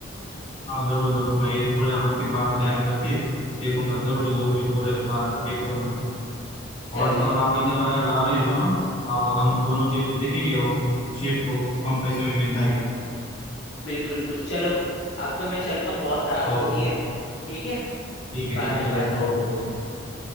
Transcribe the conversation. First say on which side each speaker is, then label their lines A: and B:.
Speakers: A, on the left; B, on the left.
A: हाँ जरूर जरूर भाई ये पूरे आपकी बात ध्यान रखिए देखूंगा जरूर जरूर ये पूरे बात- ये करूंगा
B: चलिए
A: और तो और आप इधर आ रहे आ रहे हो ना, आप हम दोनों के जो देखेंगे वो शिफ्ट को कम पैसे में मिलता है कि
B: बिल्कुल बिल्कुल चलो अब तो मैं चलता हूँ बहुत रात हो
A: ओके
B: गई है ठीक है
A: ठीक है
B: बाद
A: ठीक है
B: में
A: चलेगा
B: बात करते
A: Okay
B: तुमसे